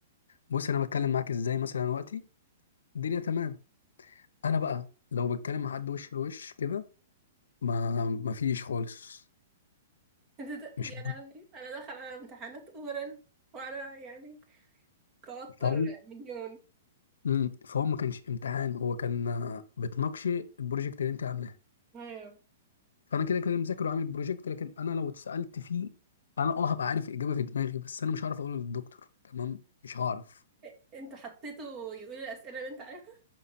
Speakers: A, on the left; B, on the right.
A: بص انا بتكلم معاك ازاي مثلا وقتي الدنيا تمام انا بقى لو بتكلم مع حد وش لوش كده ما ما فيش خالص
B: <laughs> ايه ده, ده
A: مش
B: يا لهوي انا داخل على امتحانات اورال وانا يعني توتر
A: فهو
B: مليون
A: مم. فهو ما كانش امتحان هو كان آه، بتناقشي البروجكت اللي انت عاملاه
B: ايوه
A: فانا كده كده مذاكر وعامل البروجكت لكن انا لو اتسالت فيه انا اه هبقى عارف الاجابه في دماغي بس انا مش هعرف اقوله للدكتور تمام مش هعرف
B: إيه انت حطيته يقول الاسئلة اللي انت عارفها؟